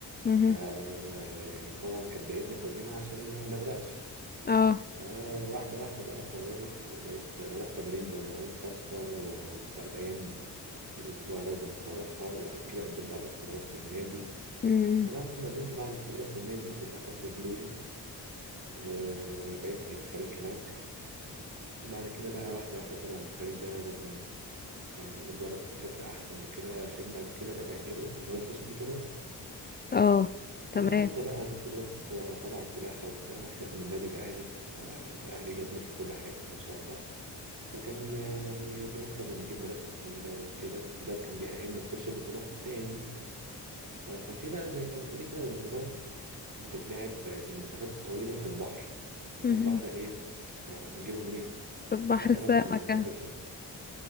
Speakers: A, on the left (about 25°); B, on the right (about 50°).
A: امم
B: ف يعني طبعا كانت بدايتنا كلنا عشان ما اغرقش
A: اه
B: فواحده واحده بقى اتطورت وبقيت بروح تمارين بمواعيد ثابته وبقت ايام في الاسبوع لازم اروحها وبعد كده قدمت على الاختبارات في النادي
A: امم
B: فبعد ما قدمت بقى على الاختبارات في النادي للاسف قبلوا لي وبقيت في الفريق هناك وبعد كده بقى واحدة واحدة طبعا الفريق ده لازم يعني يتدرب بشكل أحسن وكده عشان بعد كده بنأهله إن هو يخش بطولات
A: اه تمام
B: فدخلت بقى بطولات آه، تبع السباحة وبتاع وإحنا كنا النادي الأهلي فالأهلي جامد في كل حاجة ما شاء الله فكان آه، يعني بنكسب وبنجيب مراكز أولى وكده وده كان بيأهلنا نخش بطولات تاني فكان في بقى زي ما تقولي كده بطولات بتتلعب للمسافات الطويلة في البحر
A: امم
B: فالبحر إيه آه، هنجيبه منين؟
A: في البحر
B: فاحنا
A: سمكه
B: بقى كنا نسافر